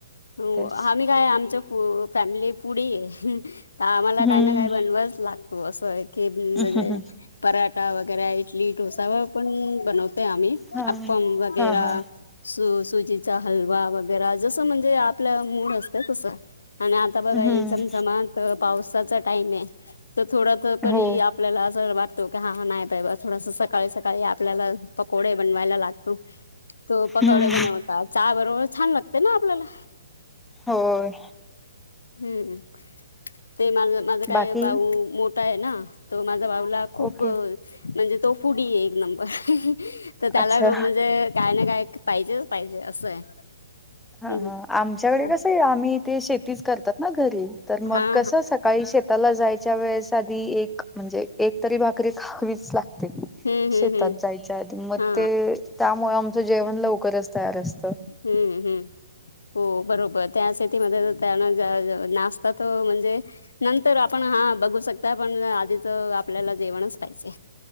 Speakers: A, on the left; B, in the centre.
A: हो
B: तेच
A: आम्ही काय आमच्या फो फॅमिली पुढेही आहे. तर आम्हाला
B: हम्म
A: काय ना काय बनवावच लागतो. अस आहे केबिन
B: हम्म
A: मध्ये
B: हम्म
A: पराठा वगैरा, इडली, डोसा व पण बनवतय आम्ही
B: हा
A: अप्पम वगैरा.
B: हा हा
A: सु सुजीचा हलवा वगैरा, जसं म्हणजे आपल्या मूड असत तसं. आणि आता बघा
B: हम्म
A: हे चमचमत पावसाचा टाइम आहे. तर थोडा तर करी
B: हो
A: आप आपल्याला असं वाटतो, की हा नाही बाई. थोडस सकाळी सकाळी आपल्याला पकोडे बनवायला लाग तो. तो पकवडा
B: हम्म
A: बनवता, चहा बरोबर छान लागतंय ना आपल्याला.
B: होय.
A: हम्म, ते माझ माझं काय
B: बाकी
A: भाऊ मोठा आहे ना. तो माझा बाऊला खूप
B: ओके
A: म्हणजे तो फुढि आहे एक नंबर. तर त्याला
B: अच्छा
A: म्हणजे काय ना काय पाहिजेच पाहिजे असं आहे.
B: हा,
A: हम्म
B: हा. आमच्याकडे
A: हा
B: कसं आहे आम्ही ते शेतीच करतात ना घरी. तर मग
A: हा
B: कसं स सकाळी शेताला जायच्या वेळेस आधी एक म्हणजे एक तरी भाकरी खावीच लागते.
A: हम्म हम्म
B: शेतात
A: हम्म
B: जायच्या आधी, मग
A: हा
B: ते त्यामुळे आमचं जेवण लवकरच तयार असतं.
A: हम्म हम्म. हो बरोबर, त्यासाठी मग त्यांना नाश्त्यात म्हणजे नंतर आपण हा बघू शकता, पण आधीच आपल्याला जेवणच पाहिजे.